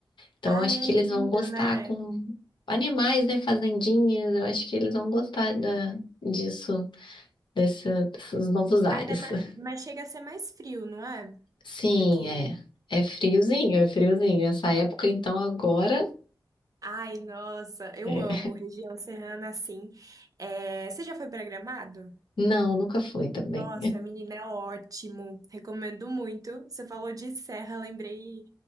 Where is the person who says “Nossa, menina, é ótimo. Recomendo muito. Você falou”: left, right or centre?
Right